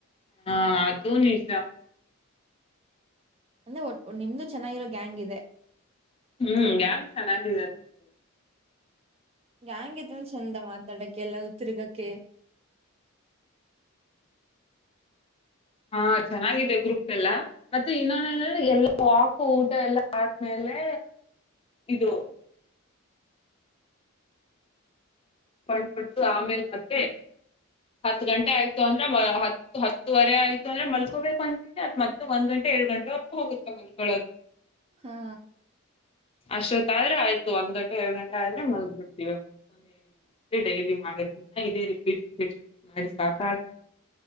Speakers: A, on the left (about 25°); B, on the right (about 25°).
A: ಹಾ ತೂ ನಿಜ
B: ಅಂದ್ರೆ ಒ ನಿಮ್ದು ಚೆನ್ನಾಗಿರೋ ಗ್ಯಾಂಗ್ ಇದೆ
A: ಹ್ಮ್ ್ಯಾಂಗ ಚೆನ್ನಾಗಿದೆ ನಮು
B: ಗ್ಯಾಂಗ್ ಇದ್ರೇನೆ ಚಂದ ಮಾತಾಡಕ್ ಕೆಲ್ಲ ತಿರುಗಕ್ಕೆ
A: ಹಾ ಚೆನ್ನಾಗಿದೆ ಗ್ರೂಪ್ ಎಲ್ಲ ಮತ್ತೆ ಇನ್ನೊನ್ ಅಂದ್ರೆ ಎಲ್ಲ ವಾಕು ಊಟ ಎಲ್ಲ ಆದ್ಮೇಲೆ ಇದು ಬಂ್ ಹೊಡೆತು ಆಮೇಲೆ ಮತ್ತೆ ಹತ್ ಗಂಟೆ ಆಯ್ತು ಅಂದ್ರ ಹತ್ತು ಹತ್ತುವರೆ ಆಯ್ತು ಅಂದ್ರೆ ಮಲ್ಕೋಬೇಕು ಅಂತೀನಿ ಅದ ಮತ್ತೆ ಒಂದ್ ಗಂಟೆ ಏ ಗಂಟೆವರೆಗೂ ಹೋಗುತ್ತಲ ಮಲ್ಕೊಳೋದು
B: ಹಾ
A: ಅಷ್ಟೆ ತಾರ ಆಯತ ಒಂದ್ ಗಟೆ ಎರಡು ಗಂಟ ಆದ್ರೆ
B: ಹಾ
A: ಮಗಗ್ ಬಿಟ್ಟು ನೀವ ಮತ್ತ <unintelligible> ಡೈಲಿ ಮಾಡ ಇನ್ನ ಇದೆ ರಿಪೀಟ್ ರಿಪೀಟ್ ರಿಪೀಟ್ ಮಾಡಿ ಸಾಕ ಆ